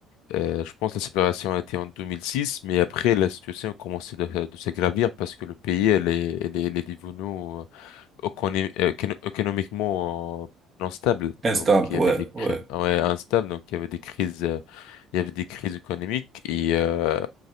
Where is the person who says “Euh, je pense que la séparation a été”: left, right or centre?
Left